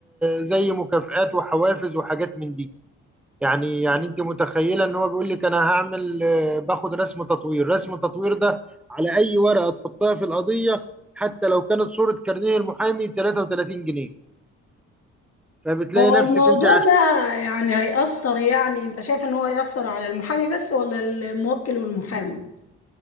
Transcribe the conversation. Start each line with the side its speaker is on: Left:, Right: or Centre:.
Centre: زي مكافآت وحوافز وحاجات من دي يعني يعني انت متخيله ان هو بيقول لك انا هعمل آه، باخد رسم تطوير رسم التطوير ده على اي ورقه تحطها في القضيه حتى لو كانت صوره كارنيه المحامي 33 جنيه فبتلاقي
Left: هو
Centre: نفسك
Left: الموضوع
Centre: انت
Left: ده يعني هيأثر يعني انت شايف ان هو هيأثر على المحامي بس ولا الموكل والمحامي؟